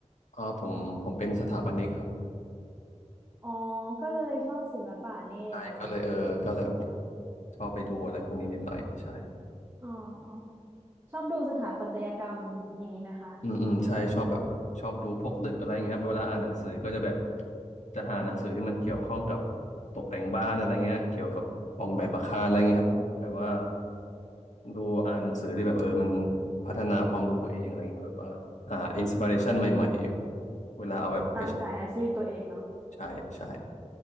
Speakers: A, on the left (about 75°); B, on the right (about 20°).
A: อ๋อผมผมเป็นสถาปนิกครับ
B: อ๋อก็เลยชอบศิลปะนี่เอง
A: ใช่ก็เลยเออก็แบบชอบไปดูอะไรพวกนี้นิดหน่อยใช่
B: อ๋ออ๋อชอบดูสถาปัตยกรรมอย่างนี้ไหมคะ
A: อืมอืมใช่ชอบแบบชอบดูพวกดึกอะไรอย่างเงี้ยครับเวลาอ่านหนังสือก็จะแบบจะหาหนังสือที่มันเกี่ยวข้องกับตกแต่งบ้านอะไรเงี้ยเกี่ยวกับออกแบบอาคารอะไรเงี้ยครับแบบแบบว่าดูอ่านหนังสือที่แบบเออมันพัฒนาความรู้ตัวเองอะไรเงี้ยแบบว่าหาอินสปิเรชันใหม่ๆเวลาเอาแบบไปใช้
B: ตามสายอาชีพตัวเองเนาะ
A: ใช่ใช่